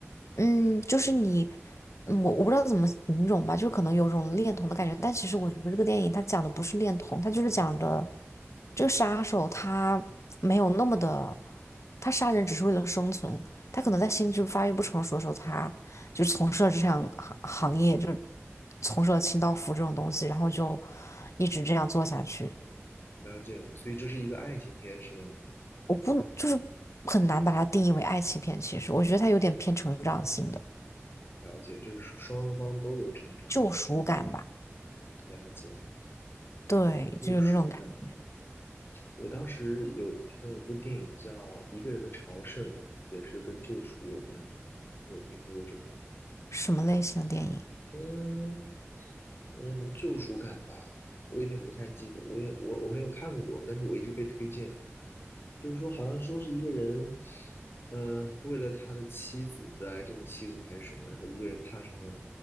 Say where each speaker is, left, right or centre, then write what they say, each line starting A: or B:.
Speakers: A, on the left; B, on the left.
A: 嗯，就是你，嗯我我不知道怎么形容吧，就可能有种恋童的感觉，但其实我觉得这个电影它讲的不是恋童，它就是讲的这个杀手他没有那么的，他杀人只是为了生存，他可能在心智发育不成熟的时候，他就从事了这项行行业，就从事了清道夫这种东西，然后就一直这样做下去。
B: 了解了。所以这是一个爱情片，是吗？
A: 我不就是很难把它定义为爱情片，其实我觉得它有点偏成长性的
B: 了解，就是双方都有成长，
A: 救赎感吧，
B: 对吧？了解，
A: 对，
B: 救赎感。
A: 就有那种感觉
B: 我当时有好像有部电影叫《一个人的朝圣》，也是跟救赎有关的。你有听说过这个吗？
A: 什么类型的电影？
B: 嗯嗯，救赎感吧，我有点不太记得，我也我我没有看过，但是我一直被推荐，就是说好像说是一个人，呃，为了他的妻子得癌症的妻子还是什么，然后一个人踏上了